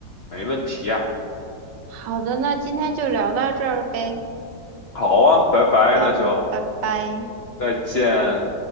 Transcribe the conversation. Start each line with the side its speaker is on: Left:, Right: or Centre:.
Left: 没问题呀。
Right: 好的，那今天就聊到这儿呗。
Left: 好啊，拜拜，
Right: 好，
Left: 那就
Right: 拜拜。
Left: 再见。